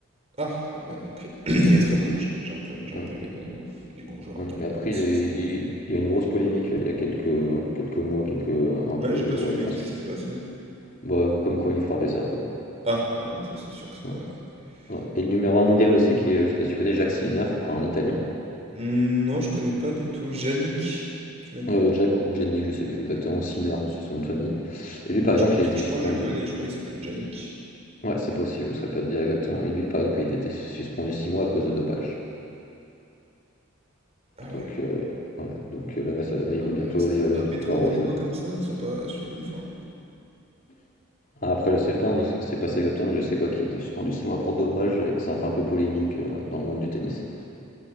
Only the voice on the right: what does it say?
Ah, ouais, non, ok. <clears throat> Il est très bon, donc j'ai j'ai un peu, j'ai un
peu les bons, euh, les bons joueurs
à garder
aussi.
Ah, j'ai
pas suivi,
qu'est-ce qui s'est passé?
Ah, ouais, non, ça c'est sûr que c'est
pas...
ah.
Hmm, Non, je connais pas du tout. Yannick, tu m'as dit?
Ah, Je
crois
que,
je
crois que je le connais, je crois qu'il s'appelle Yannick.
Ah ouais.
Mais non,
ouais,
ça
se
dope et toi
au
niveau
comme ça, ils sont pas suivis, enfin...